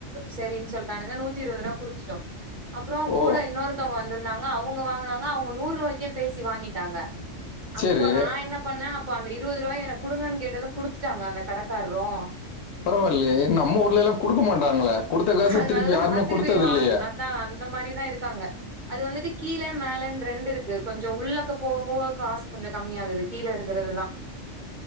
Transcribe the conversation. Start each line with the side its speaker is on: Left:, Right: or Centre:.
Right: சரின்னு சொல்லிட்டானுங்க நூத்தி இருபது ரூபா குடுத்துட்டோம் அப்புறம்
Left: ஓ
Right: கூட இன்னொருத்தவங்க வந்திருந்தாங்க அவுங்க வாங்கினாங்க அவுங்க நூறு ரூபாய்க்கே பேசி வாங்கிட்டாங்க அப்போ
Left: சேரி
Right: நா என்ன நா அப்ப அந்த இருபது ரூபாய எனக்கு குடுங்கன்னு கேட்டதும் குடுத்துட்டாங்க அந்த கடக்காரரும்
Left: பரவாயில்லையே நம்ம ஊர்ல எல்லாம் குடுக்க மாட்டாங்களே குடுத்த காச
Right: அ
Left: திருப்பி
Right: நல்லா
Left: யாருமே
Right: திருப்பிய
Left: குடுத்தது
Right: வாங்
Left: இல்லையே
Right: அதான் அந்த மாதிரிதான் இருக்காங்க அது வந்துட்டு கீழ மேலன்னு ரெண்டு இருக்கு கொஞ்சம் உள்ளக்க போக போக காஸ் கொஞ்சம் கம்மி ஆகுது கீழ இருக்கிறது எல்லாம்